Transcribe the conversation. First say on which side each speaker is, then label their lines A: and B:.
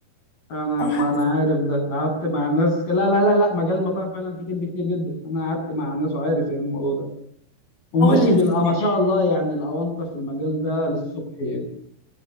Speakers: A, on the left (about 65°); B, on the left (about 40°).
A: انا
B: اي
A: ما
B: حد
A: انا عارف ده قعدت مع ناس لا لا لا لا مجال المطاعم فعلا فيه كذب كتير جدا انا قعدت مع ناس وعارف يعني الموضوع ده وماشي
B: اول الافتتاح
A: بال ما شاء الله يعني الاونطه في المجال ده للصبح يعني